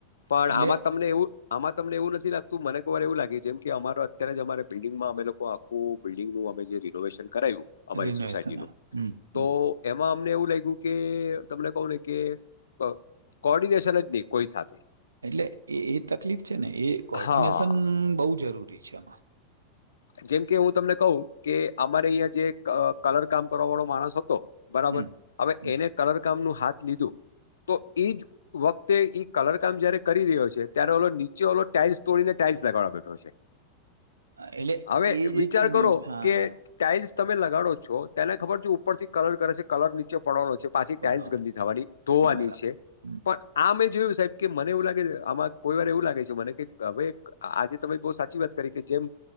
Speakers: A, on the left; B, on the right.
A: પણ
B: એટલે
A: આમાં તમને એવું આમાં તમને એવું નથી લાગતું મને વાર એવું લાગે જેમ કે અમારો અત્યારે જ અમારે બિલ્ડિંગમાં અમે લોકો આખું બિલ્ડિંગનું અમે જે રિનોવેશન કરાયું અમારી
B: રિનોવેશન
A: સોસાયટી નું
B: હમ
A: તો એમાં અમને એવું લાગ્યું કે તમને કહું ને કે ક કોર્ડિનેશન જ નહીં કોઈ સાથે
B: એટલે એ એ તકલીફ છે ને એ કોર્ડિનેશન
A: હા
B: બહુ જરૂરી છે આમાં
A: જેમ કે હું તમને કહું કે અમારે અહિયાં જે અ કલર કામ કરવા વાળો માણસ હતો બરાબર
B: હમ
A: હવે
B: હમ.
A: એને કલર કામ નુ હાથ લીધું તો એજ વખતે ઈ કલર કામ જયારે કરી રહ્યો છે ત્યારે ઓલો નીચે ઓલો ટાઈલ્સ તોડીને ટાઇલ્સ લગાડવા બેઠો છે.
B: એટલે
A: હવે
B: એ જે
A: વિચાર
B: છે ને
A: કરો
B: હા
A: કે ટાઇલ્સ તમે લગાડો છો તેને ખબર છે ઉપર થી કલર કરે છે કલર નીચે પડવાનો છે પાછી ટાઈલ્સ
B: પાડવાનું
A: ગંદી થવાની ધોવાની
B: બરાબર
A: છે
B: હમ.
A: પણ આ મેં જોયું સાહેબ કે મને એવું લાગે છે આમાં કોઈ વાર એવું લાગે છે મને કે હવે આજે તમે બહુ સાચી વાત કરી કે જેમ